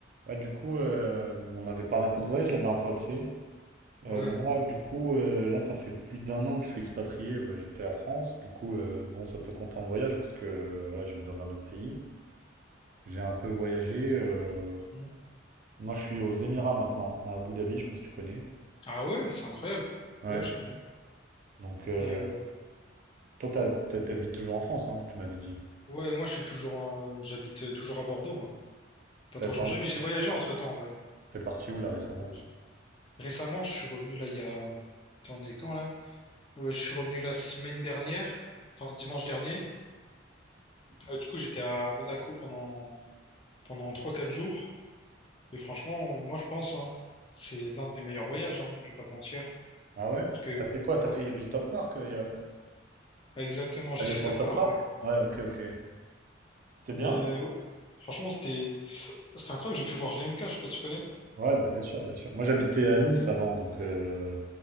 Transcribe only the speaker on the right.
Ouais, du coup, euh, on avait parlé un peu de voyage la dernière fois, tu sais. Euh,
moi, du coup, euh, là, ça fait plus d'un an que je suis expatrié. Bah, j'ai quitté la France. Du coup, euh, bon, ça peut compter en voyage parce que euh, voilà, j'habite dans un autre pays. J'ai un peu voyagé. euh,
Moi, je suis aux Émirats maintenant, à Abu Dhabi, je sais pas si tu connais.
Ouais.
Donc, euh,
toi, t'as- t'as- t'habites toujours en France, hein, tu m'avais dit.
T'as-
T'es parti où là récemment?
Ah ouais?
T'as fait quoi? T'as
fait... Il y avait le Top Mark. euh, il y a-
Allez,
sur
le Top
Mark?
Ouais, ok, ok. C'était bien?
Ouais, bah bien sûr, bien sûr. Moi, j'habitais à Nice avant, donc euh,